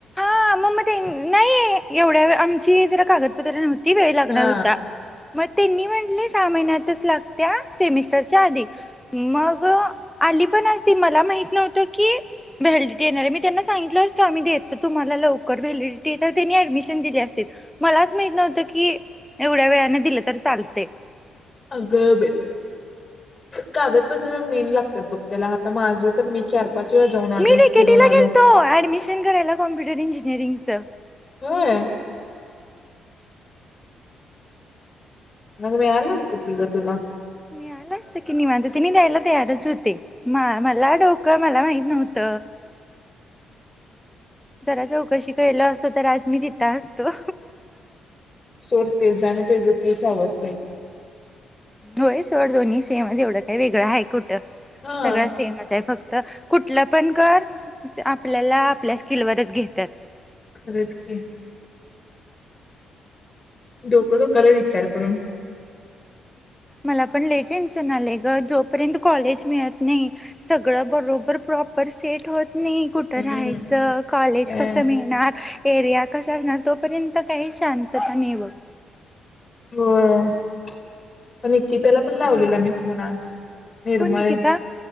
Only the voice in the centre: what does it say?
ह मग मग ते नाही एवढ्या आमची जरा कागदपत्र नव्हती. किती वेळ लागणार
होता मग त्यांनी म्हटले सहा महिन्यातच लाग त्या सेमिटरच्या आधी मग आली पण असती मला माहित नव्हतं की व्हालिडिटी येणार मी त्यांना सांगितलं असतं आम्ही देतो तुम्हाला. लवकर व्हॉलीडिटी त्यांनी ऍडमिशन दिली असतीत मला माहीत नव्हत की एवढ्या वेळाने दिलं तर चालतंय
मी डी
के टी ई
गेलतो ऍडमिशन करायला कॉम्प्युटर इंजिनिअरिंगच
मिळालअसत की निवांत त्यांनी द्यायला तयारच होते. मा मला डोकं मला माहित नव्हत जरा चौकशी केल असतो तर आज मी तिता असतो.
होय सोड दोन्ही सेम एवढ. काही वेगळा आहे. कुठं
सगळं सेमच आहे फक्त तर कुठलं पण कर आपल्याला आपल्या स्किलवरच घेतात.
मला पण ल टेन्शन आले ग जोपर्यंत कॉलेज मिळा नाही सगळं बरोबर प्रॉपर सेट होत नाही कुठं
राहायचं कॉलेज
कसं मिळणार? एरिया कस असणार तोपर्यंत काही शांतता नाही बघ.
कोण निकिता